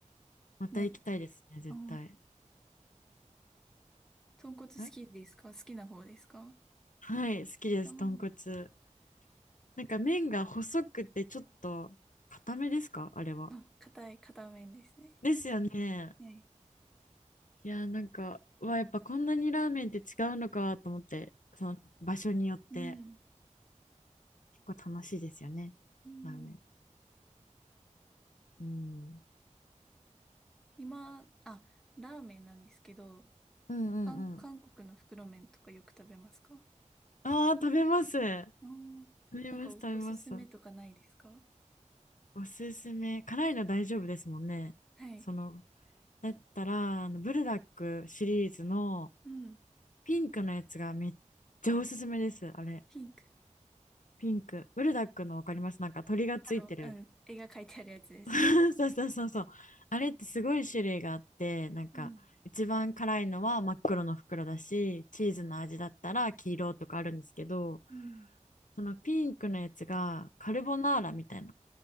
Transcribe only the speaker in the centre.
な、あ
ー、豚骨好きですか好きな方ですか
うん。
あ、硬い、硬麺ですね。
はい。
うん。
うん。
今、あ、ラーメンなんですけど、
韓、韓国の袋麺とかよく食べますか
あー
なんかお、おすすめとかないですか
はい。
うん。
ピンク。
あの、うん。絵が描いてあるやつですよね。
うん。
うん。